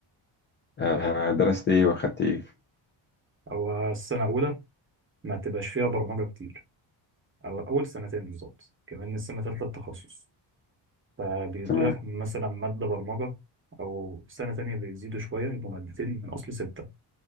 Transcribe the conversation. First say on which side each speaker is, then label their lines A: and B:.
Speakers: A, on the left (about 25°); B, on the right (about 25°).
A: آه
B: ماشي
A: درست إيه وأخدت إيه؟
B: هو السنة أولى ما تبقاش فيها برمجة كتير أو أول سنتين بالظبط كمان السنة تالتة التخصص فبيدولك
A: تمام
B: مثلا مادة برمجة أو سنة تانية بيزيدوا شوية يبقوا مادتين من أصل ستة